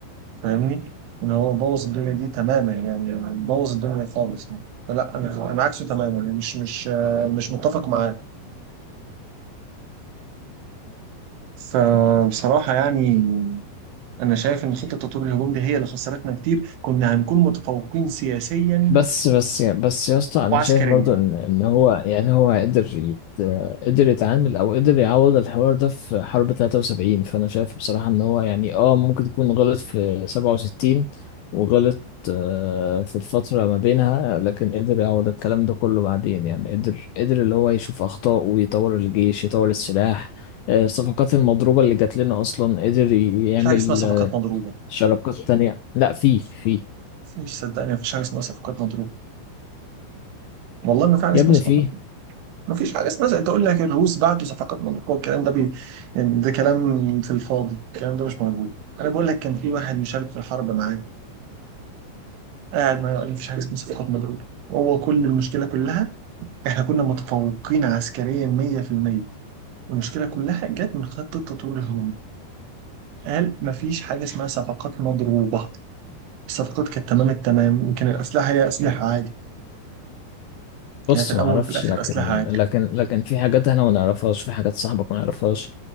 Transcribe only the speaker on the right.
فاهمني ان هو بوظ الدنيا دي تماما يعني بوظ الدنيا خالص يعني فلا انا انا عكسه تماما يعني مش مش آه، مش متفق معاه فبصراحة يعني أنا شايف إن خطة تطوير الهجوم دي هي اللي خسرتنا كتير كنا هنكون متفوقين سياسيا
وعسكريا
مفيش حاجة اسمها صفقات
مضروبة
مفيش صدقني مفيش حاجة اسمها صفقات مضروبة والله ما في حاجة اسمها
صفقات
ما فيش حاجه اسمها زي انت تقول لك الروس بعتوا صفقات من هو الكلام ده بي يعني ده كلام في الفاضي الكلام ده مش موجود انا بقول لك كان في واحد مشارك في الحرب معايا قاعد معايا قال مفيش حاجه اسمها صفقات مضروبه هو كل المشكله كلها احنا كنا متفوقين عسكريا 100% المشكله كلها جت من خط التطوير الهجومي قال مفيش حاجه اسمها صفقات مضروبه الصفقات كانت تمام التمام وكان الاسلحه هي اسلحه عادي
يعني في الاول
وفي الاخر
اسلحه عادي